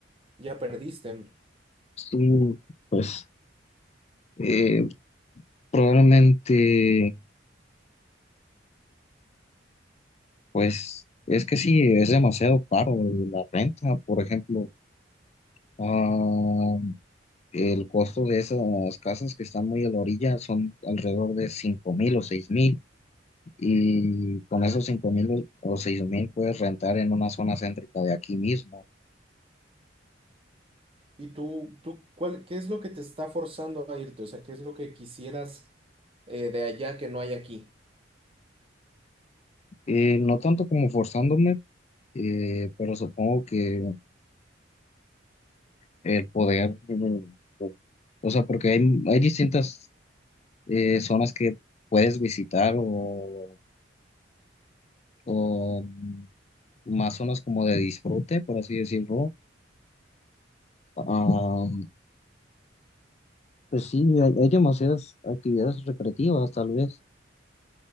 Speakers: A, on the right; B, on the left.
A: ya perdiste.
B: Sí, pues eh, probablemente, pues es que sí, es demasiado caro la renta, por ejemplo. ah, El costo de esas casas que están muy a la orilla son alrededor de cinco mil o seis mil y
A: Ujú.
B: con esos cinco mil o 6 mil puedes rentar en una zona céntrica de aquí mismo.
A: ¿Y tú, tú cuál, qué es lo que te está forzando a irte? O sea, ¿qué es lo que quisieras eh, de allá que no hay aquí?
B: Eh, no tanto como forzándome, eh, pero supongo que el poder, eh, o sea, porque hay, hay distintas eh, zonas que puedes visitar o, o más zonas como de disfrute, por así decirlo. ah, Pues sí, hay, hay demasiadas actividades recreativas, tal vez.